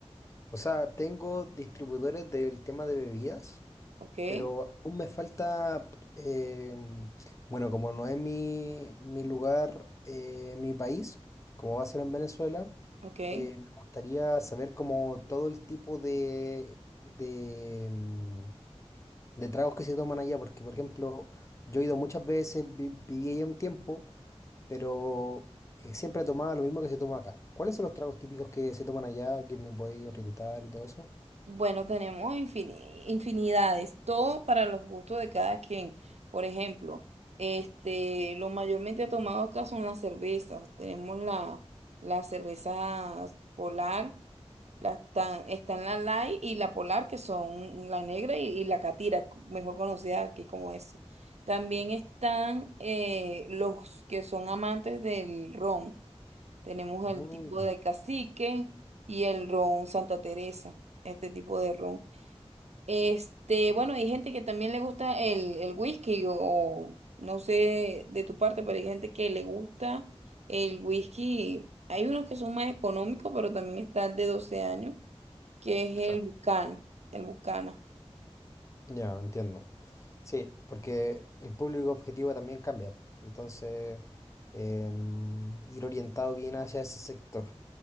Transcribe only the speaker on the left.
O sea, tengo distribuidores del tema de bebidas,
pero aún me falta, em, bueno, como no es mi, mi lugar, eh, mi país, como va a ser en Venezuela,
eh, me gustaría saber como todo el tipo de, de, em, de tragos que se toman allá, porque por ejemplo, yo he ido muchas veces, vi- viví allá un tiempo. pero eh, siempre tomaba lo mismo que se toma acá. ¿Cuáles son los tragos típicos que se toman allá, que me voy a orientar y todo eso?
Mm,
Claro.
ya, entiendo. Sí, porque el público objetivo también cambia. Entonces, em, ir orientado bien hacia ese sector.